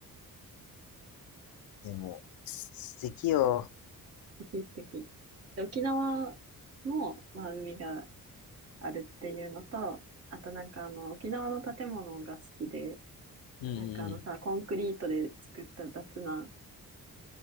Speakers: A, on the left (about 80°); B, on the right (about 45°).
A: でも、す素敵よ。
B: 敵素敵。で、沖縄も、まあ、海があるっていうのと、あとなんかあの、沖縄の建物が好きで、
A: うんうんうん。
B: なんかあのさ、コンクリートで作った雑な